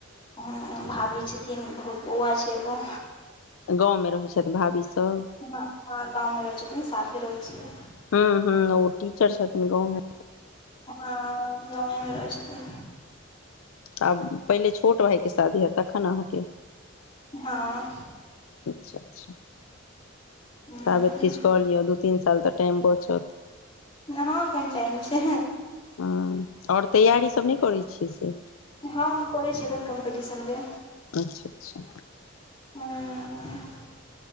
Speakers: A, on the left; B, on the left.
A: ह भाभी छथिन भउ बौआ छै एगो
B: गाँवमे रहैत छथि भाभीसभ
A: हँ गाँवमे रहै छथिन साथे रहै छियै
B: ह ह ओ टीचर छथिन गवर्नमेन्ट
A: हँ गामे रहै छै त
B: आब पहिले छोट भायके शादी हयत तखन अहाँके
A: हँ
B: अच्छा अच्छा
A: हूँ
B: ताबत किछ कऽ लियौ दू तीन साल तऽ टाईम बचत
A: हँ कनिटाइम छै
B: ह आओर तैयारीसभ नहि करैत छियै से
A: हँ हम करै अखन कम्पिटिशन के
B: अच्छा अच्छा
A: ह <unintelligible>